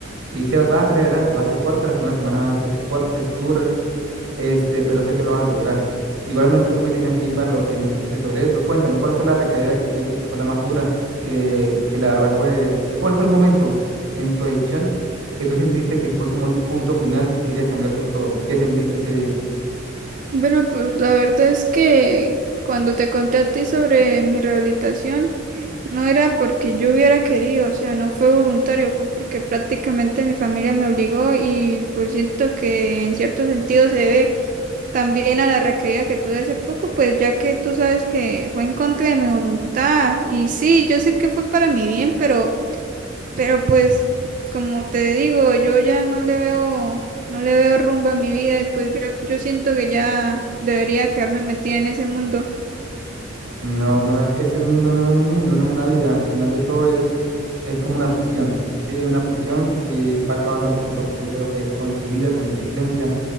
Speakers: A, on the right; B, on the right.
A: Y se, vas a salir adelante, vas a ser fuerte, las primeras semanas van a ser fuertes, duras, este, pero sé que lo vas a lograr. Igualmente tú me tienes aquí para lo que necesites sobre eso. Cuéntame, ¿cuál fue la recaída que tú dices que fue la más dura? Que, que la verdad, pues, ¿cuál fue el momento en tu adicción que tú sentiste que fue como el punto final que querías cambiarlo todo? ¿Qué sentiste ese día?
B: Bueno, pues la verdad es que cuando te conté a ti sobre mi rehabilitación, no era porque yo hubiera querido, o sea, no fue voluntario, fue porque prácticamente mi familia me obligó y pues siento que en cierto sentido se debe también a la recaída que tuve hace poco, pues ya que tú sabes que fue en contra de mi voluntad. Y sí, yo sé que fue para mi bien, pero, pero pues, como te digo, yo ya no le veo, no le veo rumbo a mi vida y pues yo, yo siento que ya debería quedarme metida en ese mundo.
A: No, no, es que ese mundo no es un mundo, no es una vida. Al final de todo es, es como una prisión, ¿sí? Es una prisión que va acabando poquito a poquito lo que es con tu vida, con tu existencia,